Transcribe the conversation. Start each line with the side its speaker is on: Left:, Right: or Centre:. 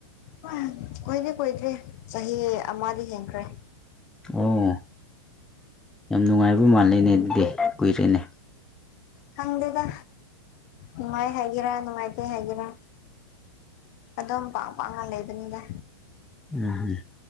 Left: ꯍ ꯀꯨꯏꯗꯦ ꯀꯨꯏꯗ꯭ꯦ ꯆꯍꯤ ꯑꯃꯗꯤ ꯍꯦꯟꯈ꯭ꯔꯦ
Centre: ꯑꯣ ꯌꯥꯝ ꯅꯨꯡꯉꯥꯏꯕ ꯃꯥꯜꯂꯦꯅꯦ ꯑꯗꯨꯗꯤ ꯀꯨꯏꯔꯦꯅꯦ
Left: ꯈꯪꯗꯦꯗ ꯅꯨꯡꯉꯥꯏ ꯍꯥꯏꯒꯦꯔ ꯅꯨꯡꯉꯥꯏꯇꯦ ꯍꯥꯏꯒꯦꯔꯥ ꯑꯗꯨꯝ ꯄꯥꯛ ꯄꯥꯛꯅ ꯂꯩꯕꯅꯤꯗ
Centre: ꯎꯝ